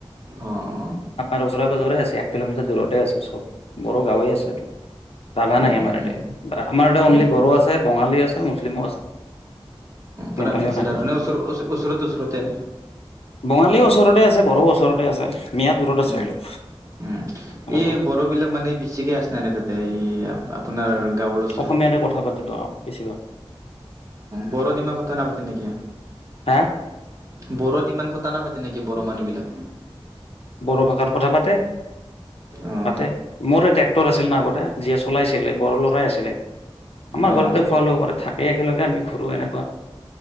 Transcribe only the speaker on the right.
অ অ
উম
উম উম
উম
পূৰা
মিক্সাৰ
আৰু না ওচ ওচৰতে ওচৰতে
উম
উম
এই বড়ো বিলাক মানে বেছিকে আছেনে নাই তাতে এই আপোনাৰ গাঁৱৰ ওচৰত
বৰদিমা কথা নাপাতে নেকি?
বড়োত ইমান কথা নাপাতে নেকি বড়োৰ মানুহবিলাক
অঁ
অঁ